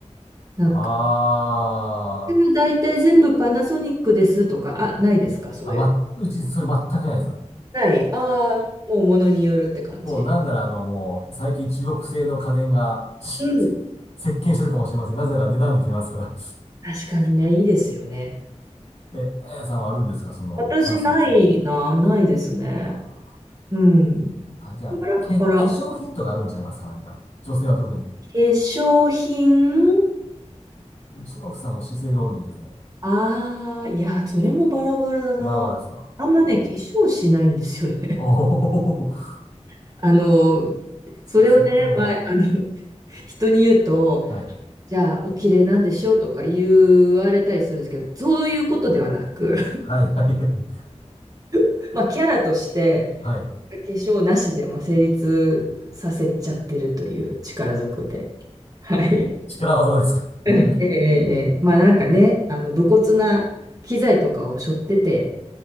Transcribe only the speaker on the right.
なんか、
うちは大体全部パナソニックですとか、あ、ないですかそういうの。
ない。ああ、もう物によるって感じ。
うん。
確かにね、いいですよね。
私ないな、
ないですね。
うん。
バラバラ。
化粧品
ああー、いや、それもバラバラだな。
あんまね、化粧しないんですよね。
<laughs> あの、
それをね、
前、あの、人に言うと、
じゃあ、お綺麗なんでしょうとか言われたりするんですけど、そういうことではなく、
<laughs> まあ、キャラとして、
化粧なしでも成立させちゃってるという力ずくで。はい。
うんええ、ええ、ええまあなんかね、あの、武骨な機材とかを背負ってて、